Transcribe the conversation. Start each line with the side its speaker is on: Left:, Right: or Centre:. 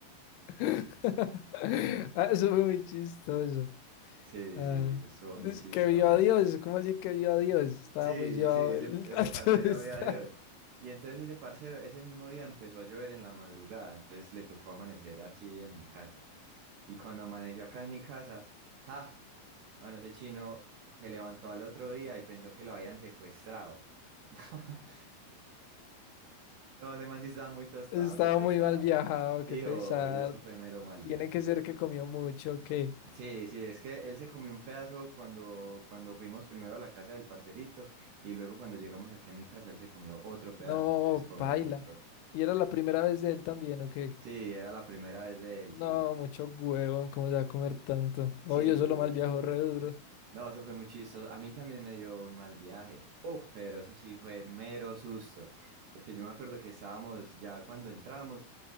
Left: <laughs> ah, Eso fue muy chistoso.
Right: Sí,
Left: Ah,
Right: sí, eso estuvo muy
Left: es
Right: chistoso.
Left: que vio a Dios, ¿cómo así que vio a Dios? Estaba
Right: Sí,
Left: muy llevado
Right: sí, ese,
Left: el
Right: ese
Left: tanto.
Right: parcero
Left: <laughs> está-
Right: vio a Dios. Y entonces ese parcero, ese mismo día empezó a llover en la madrugada, entonces le tocó amanecer aquí en mi casa. Y cuando amaneció acá en mi casa, ¡ja! Bueno, ese chino se levantó al otro día y pensó que lo habían secuestrado. <laughs> No, ese man sí estaba muy tostado,
Left: Estaba
Right: qué pecado.
Left: muy mal viajado,
Right: Dijo,
Left: qué pesar.
Right: y eso fue mero mal
Left: Tiene
Right: viaje.
Left: que ser que comió mucho, que
Right: Sí, sí, es que él se comió un pedazo cuando, cuando fuimos primero a la casa del parcerito y luego cuando llegamos aquí a mi casa él se comió otro pedazo,
Left: no,
Right: entonces comió
Left: paila.
Right: mucho.
Left: Y era la primera vez de él también, ¿o qué?
Right: Sí, era la primera vez de él,
Left: No,
Right: sí.
Left: mucho huevón, ¿cómo se va a comer tanto? Oh,
Right: Sí,
Left: yo solo mal viajo re duro.
Right: No, eso fue muy chistoso. A mí también me dio un mal viaje. Uf, pero eso sí fue mero susto. Porque yo me acuerdo que estábamos, ya cuando entramos,